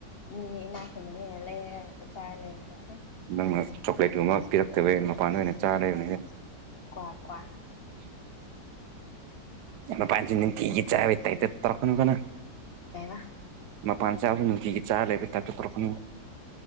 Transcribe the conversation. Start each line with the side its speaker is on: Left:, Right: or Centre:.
Left: ꯃꯤꯗꯤ ꯏꯅꯥꯛꯊꯟꯕꯅꯤꯅ ꯂꯩꯔꯦꯛꯇ ꯆꯥꯏꯔꯦ ꯂꯩꯔ
Right: ꯅꯪꯅ ꯆꯣꯀ꯭ꯂꯦꯠꯀꯨꯝꯕ ꯄꯤꯔꯛꯇꯕꯩ ꯃꯄꯥꯟꯗ ꯑꯣꯏꯅ ꯆꯥꯔ ꯂꯩꯕꯅꯤ
Left: ꯇꯣꯡ ꯀꯋꯥ
Right: <unintelligible> <inaudible> ꯌꯥꯝꯅꯣ ꯄ <unintelligible> ꯆꯥꯕꯩ ꯇꯥꯏꯞꯇ ꯇꯧꯔꯛꯅꯨ ꯀꯣꯅꯪ
Left: ꯀꯩꯕꯥ
Right: ꯄꯥꯟ ꯆꯥꯕꯕꯨ ꯅꯨꯡꯇꯤꯒꯤ ꯆꯥ ꯂꯩꯕ ꯇ ꯇꯔꯛꯀꯅꯨ